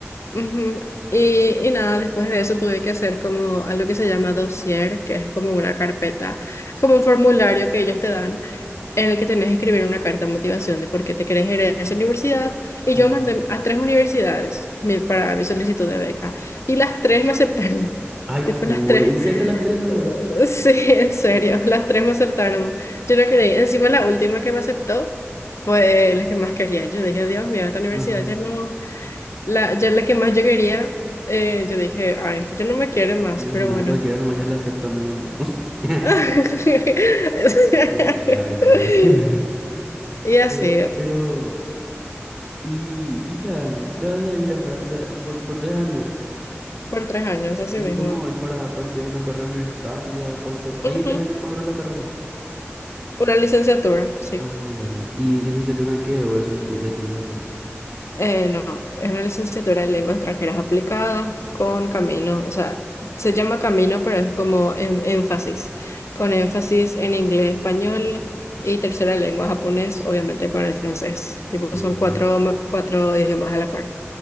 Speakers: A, on the left; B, on the right.
A: Ujú. Y, y nada, después de eso tuve que hacer como algo que se llama dossier, que es como una carpeta, como un formulario que ellos te dan, en el que tenés que escribir una carta de motivación de por qué te querés ir a esa universidad. Y
B: Ujú.
A: yo mandé a tres universidades mi- para mi solicitud de beca. Y las tres me aceptaron. <laughs>
B: Ay,
A: Tipo,
B: jugué,
A: las tres
B: ¿en serio
A: <laughs>
B: las tres luego?
A: Uh, Sí, en serio, las tres me aceptaron. Yo no creí. Encima la última que me aceptó fue la que más quería. Yo dije, Dios mío, esta universidad
B: Ajá.
A: ya no, la, ya la que más yo quería, eh, yo dije, ay, yo no me quiere más,
B: Dios
A: pero
B: mío,
A: bueno.
B: a cualquiera nomás ya la aceptan hoy en día. <laughs>
A: <laughs>
B: Mentira, mentira. <laughs>
A: Y así,
B: Eh, Pero, y, hija de mí, te vas a ir a Francia por, por tres años.
A: por tres años, así
B: ¿Y
A: mismo.
B: cómo es para, para estudiar una carrera universitaria? ¿Cuánto? Ahí
A: Ujú.
B: tres años más duran la carrera.
A: Una licenciatura, sí.
B: Ah, ya, ya. ¿Y licenciatura en qué? ¿O eso es- decidís después?
A: Eh, no, es una licenciatura en lenguas extranjeras aplicadas con camino, o sea, se llama camino, pero es como en, énfasis, con énfasis en inglés, español y tercera lengua japonés, obviamente con el francés. Tipo,
B: No.
A: son cuatro, ma- cuatro idiomas a la par.